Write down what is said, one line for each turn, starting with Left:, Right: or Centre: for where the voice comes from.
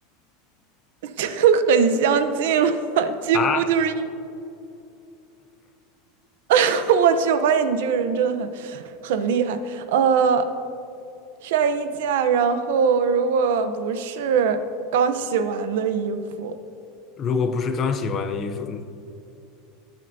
Right: <laughs> 这很相近了，几乎就是一，
Left: 啊，
Right: <laughs> 我去，我发现你这个人真的很很厉害，呃。晒衣架，然后如果不是刚洗完的衣服，
Left: 如果不是刚洗完的衣服，嗯